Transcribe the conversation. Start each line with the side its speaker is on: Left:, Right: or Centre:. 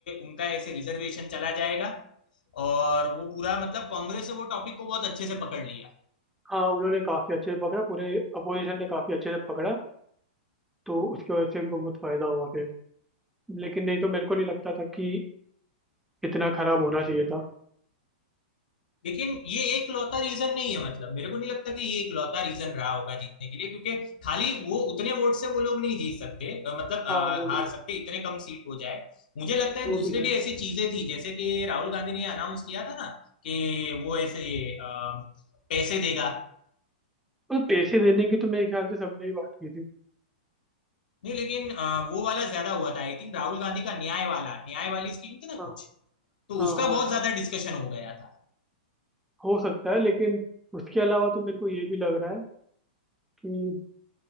Left: उनका ऐसे रिजर्वेशन चला जाएगा और वो पूरा मतलब कांग्रेस ने वो टॉपिक को बहुत अच्छे से पकड़ लिया
Centre: हाँ उन्होंने काफी अच्छे से पकड़ा पूरे अपोजिशन ने काफी अच्छे से पकड़ा तो उसकी वजह से उनको बहुत फायदा हुआ फिर लेकिन नहीं तो मेरे को नहीं लगता था कि इतना खराब होना चाहिए था
Left: लेकिन ये एक लौता रीजन नहीं है मतलब मेरे को नहीं लगता कि ये एक लौता रीजन रहा होगा जीतने के लिए क्योंकि खाली वो उतने वोट से वो लोग नहीं जीत सकते अ, मतलब अ,
Centre: हाँ वो भी
Left: हार
Centre: है
Left: सकते इतने कम सीट हो जाए मुझे लगता है
Centre: वो
Left: दूसरी
Centre: भी है
Left: भी ऐसी चीजें थी जैसे कि राहुल गांधी ने अनाउंस किया था ना कि वो ऐसे अ, पैसे देगा
Centre: और पैसे देने की तो मेरे ख्याल से सबने ही बात की थी
Left: नहीं लेकिन अ, वो वाला ज्यादा हुआ था आई थिंक राहुल गांधी का न्याय वाला न्याय वाली स्कीम थी ना
Centre: हाँ
Left: कुछ तो
Centre: हाँ
Left: उसका
Centre: हाँ
Left: बहुत ज्यादा
Centre: हाँ
Left: डिस्कशन हो गया था
Centre: हो सकता है लेकिन उसके अलावा तो मेरे को ये भी लग रहा है कि